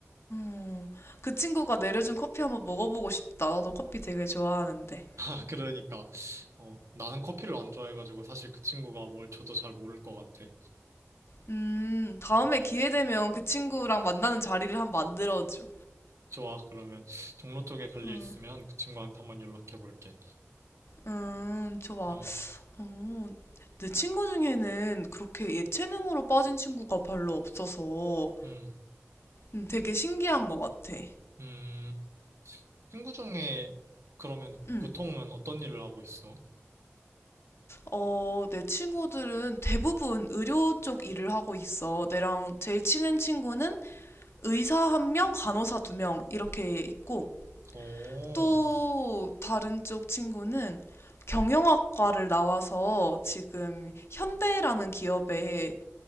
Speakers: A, on the left; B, on the right.
A: 어, 그 친구가 내려준 커피 한번 먹어보고 싶다. 나도 커피 되게 좋아하는데.
B: 아, 그러니까. 어, 나는 커피를 안 좋아해가지고 사실 그 친구가 뭘 줘도 잘 모를 것 같아.
A: 음, 다음에
B: 음,
A: 기회 되면 그 친구랑 만나는 자리를 한번 만들어줘.
B: 좋아. 그러면 종로 쪽에 갈
A: 음,
B: 일 있으면 그 친구한테 한번 연락해 볼게.
A: 음, 좋아.
B: 음,
A: 어, 내 친구 중에는 그렇게 예체능으로 빠진 친구가 별로 없어서
B: 음,
A: 음, 되게 신기한 것 같아.
B: 음. 친구 중에 그러면
A: 음.
B: 보통은 어떤 일을 하고 있어?
A: 어, 내 친구들은 대부분 의료 쪽 일을 하고 있어. 내랑 제일 친한 친구는 의사 한 명, 간호사 두 명 이렇게 있고,
B: 오,
A: 또 다른 쪽 친구는 경영학과를 나와서 지금 현대라는 기업에